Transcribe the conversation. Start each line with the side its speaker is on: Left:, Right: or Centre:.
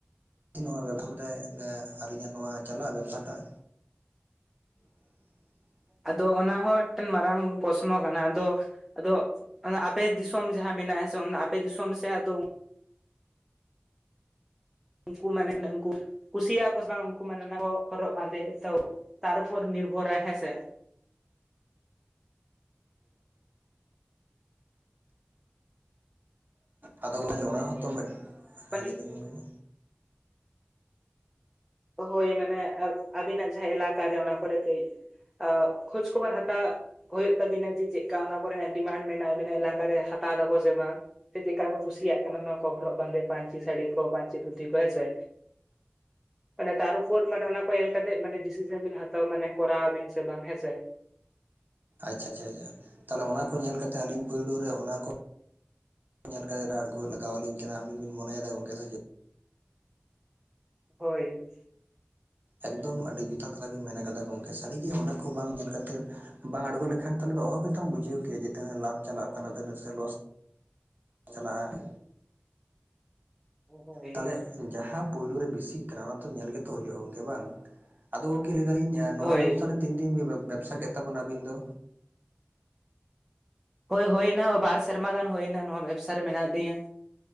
Right: ᱱᱚᱣᱟ ᱵᱮᱵᱽᱥᱟ ᱢᱟᱱᱮ ᱟᱹᱞᱤᱧᱟᱜ ᱱᱚᱣᱟ ᱪᱟᱞᱟᱜ ᱵᱮᱵᱽᱥᱟᱴᱟᱜ <inaudible>
Centre: ᱟᱫᱚ ᱚᱱᱟ ᱦᱚᱸ ᱢᱤᱫᱴᱟᱝ ᱢᱟᱨᱟᱝ ᱯᱨᱚᱥᱱᱚ ᱠᱟᱱᱟ ᱟᱫᱚ ᱟᱫᱚ ᱚᱱᱟ ᱟᱯᱮ ᱫᱤᱥᱚᱢ ᱡᱟᱦᱟᱸ ᱢᱮᱱᱟᱜᱼᱟ ᱦᱮᱸ ᱥᱮ ᱚᱱᱟ ᱟᱯᱮ ᱫᱤᱥᱚᱢ ᱥᱮ ᱫᱚ ᱩᱱᱠᱩ ᱢᱟᱱᱮ ᱚᱱᱮ ᱩᱱᱠᱩ ᱠᱩᱥᱤᱭᱟᱜ ᱟᱠᱚ ᱥᱮ ᱵᱟᱝ ᱩᱱᱠᱩ ᱢᱟᱱᱮ ᱚᱱᱟ ᱠᱚ ᱦᱚᱨᱚᱜ ᱵᱟᱸᱫᱮ ᱛᱚ ᱛᱟᱨᱯᱚᱨ ᱱᱤᱨᱵᱷᱚᱨᱟᱭ ᱦᱮᱸ ᱥᱮ
Right: ᱟᱫᱚ ᱜᱚᱢᱠᱮ ᱚᱱᱟ ᱦᱚᱸᱛᱚ ᱢᱤᱫ ᱦᱮᱸ
Centre: ᱢᱟᱱᱮ
Right: ᱞᱟᱹᱭ ᱵᱤᱱ ᱜᱟᱢᱠᱮ
Centre: ᱦᱳᱭ ᱢᱟᱱᱮ ᱟᱹᱵᱤᱱᱟᱜ ᱡᱟᱦᱟᱸ ᱮᱞᱟᱠᱟ ᱚᱱᱟ ᱠᱚᱨᱮ ᱠᱟᱹᱡ ᱦᱮᱸ ᱠᱷᱳᱡᱽ ᱠᱷᱚᱵᱚᱨ ᱦᱟᱛᱟᱣ ᱦᱳᱭᱳ ᱛᱟᱵᱤᱱᱟ ᱡᱮ ᱪᱮᱫ ᱞᱮᱠᱟ ᱚᱱᱟ ᱠᱚᱨᱮᱱᱟᱜ ᱰᱤᱢᱟᱱᱰ ᱢᱮᱱᱟᱜᱼᱟ ᱟᱵᱤᱱᱟᱜ ᱮᱞᱟᱠᱟᱨᱮ ᱦᱟᱛᱟᱣ ᱮᱫᱟᱠᱚ ᱥᱮ ᱵᱟᱝ? ᱥᱮ ᱪᱮᱫ ᱞᱮᱠᱟ ᱠᱚ ᱠᱩᱥᱤᱭᱟᱜ ᱠᱟᱱᱟ ᱱᱚᱣᱟ ᱠᱚ ᱦᱚᱨᱚᱜ ᱵᱟᱸᱫᱮ ᱯᱟᱹᱧᱪᱤ ᱥᱟᱹᱲᱤ ᱠᱚ ᱯᱟᱹᱧᱤ ᱫᱷᱩᱛᱤ ᱠᱚ ᱦᱮᱸᱥᱮ ᱢᱟᱱᱮ ᱛᱟᱨᱯᱚᱨ ᱢᱟᱱᱮ ᱚᱱᱟ ᱠᱚ ᱧᱮᱞ ᱠᱟᱛᱮᱜ ᱢᱟᱱᱮ ᱰᱤᱥᱤᱡᱟᱱ ᱵᱤᱱ ᱦᱟᱛᱣᱟ ᱢᱟᱱᱮ ᱠᱚᱨᱟᱣ ᱟᱵᱤᱱ ᱥᱮ ᱵᱟᱝ ᱦᱮᱸᱥᱮ!
Right: ᱟᱪᱷᱟ ᱟᱪᱷᱟ ᱟᱪᱷᱟ ᱛᱟᱦᱚᱞᱮ ᱚᱱᱟ ᱠᱚ ᱧᱮᱞ ᱠᱟᱛᱮ ᱟᱞᱤᱧ ᱯᱩᱭᱞᱩ ᱨᱮ ᱚᱱᱟ ᱧᱮᱞ ᱠᱟᱛᱮ ᱨᱟᱲ ᱠᱚ ᱞᱟᱜᱟᱣ ᱟᱞᱤᱧ ᱠᱟᱱᱟ ᱟᱵᱤᱱ ᱵᱤᱱ ᱢᱚᱱᱮ ᱮᱫᱟ ᱜᱚᱝᱠᱮ ᱥᱮ ᱪᱮᱫ
Centre: ᱦᱳᱭ
Right: ᱮᱜᱽᱫᱚᱢ ᱟᱹᱰᱤ ᱡᱚᱛᱷᱟᱛ ᱠᱟᱛᱷᱟ ᱵᱤᱱ ᱢᱮᱱ ᱠᱟᱫᱟ ᱜᱚᱢᱠᱮ ᱥᱟᱹᱨᱤᱜᱮ ᱚᱱᱟ ᱠᱚ ᱵᱟᱝ ᱧᱮᱞ ᱠᱟᱛᱮᱫ ᱵᱟᱝ ᱟᱬᱜᱚ ᱞᱮᱠᱷᱟᱱ ᱫᱚ ᱚᱦᱚᱸ ᱜᱮᱛᱚᱢ ᱵᱩᱡᱷᱟᱹᱣ ᱠᱮᱭᱟ ᱡᱮ ᱛᱤᱱᱟᱹᱜ ᱞᱟᱵᱷ ᱪᱟᱞᱟᱜ ᱠᱟᱱᱟ ᱛᱤᱱᱟᱹᱜ ᱞᱚᱥ ᱪᱟᱞᱟᱜᱼᱟ᱾
Centre: ᱦᱳᱭ ᱦᱳᱭ
Right: ᱛᱟᱦᱚᱞᱮ ᱡᱟᱦᱟᱸ ᱯᱩᱞᱩ ᱨᱮ ᱵᱮᱥᱤᱜ ᱠᱟᱱᱟ ᱚᱱᱟ ᱛᱚ ᱧᱮᱞ ᱜᱮᱛᱚ ᱦᱩᱭᱩᱜᱼᱟ ᱜᱚᱝᱮ ᱵᱟᱝ ᱟᱫᱚ ᱜᱚᱝᱠᱮ ᱞᱟᱹᱭ ᱮᱫᱟᱞᱤᱧ ᱱᱚᱣᱟ
Centre: ᱦᱳᱭ
Right: ᱵᱮᱵᱽᱥᱟᱨᱮ
Centre: ᱦᱳᱭ
Right: ᱛᱤᱱ ᱫᱤᱱ ᱵᱤᱱ ᱵᱮᱵᱽᱥᱟ ᱠᱮᱫ ᱛᱟᱵᱚᱱᱟ ᱟᱹᱵᱤᱱ ᱫᱚ?
Centre: ᱦᱳᱭ ᱦᱳᱭ ᱮᱱᱟ ᱵᱟᱨ ᱥᱮᱨᱢᱟ ᱜᱟᱱ ᱦᱩᱭ ᱮᱱᱟ ᱱᱚᱣᱟ ᱵᱮᱵᱽᱥᱟ ᱨᱮ ᱢᱮᱱᱟᱜ ᱞᱤᱧᱟ᱾